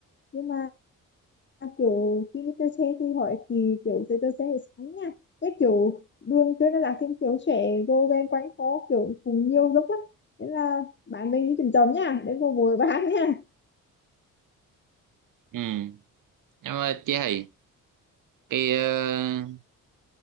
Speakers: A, on the left; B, on the right.
A: nhưng mà kiểu khi đi chơi xe thì hỏi thì kiểu chơi chơi xe thì sáng nha cái kiểu đường trên nó là thêm kiểu trẻ vô ghen quanh phố kiểu cùng nhiều dốc á thế là bạn mình đi chậm chậm nha đến cô vội bán nha
B: ừ. nhưng mà chứ hay cái ờ,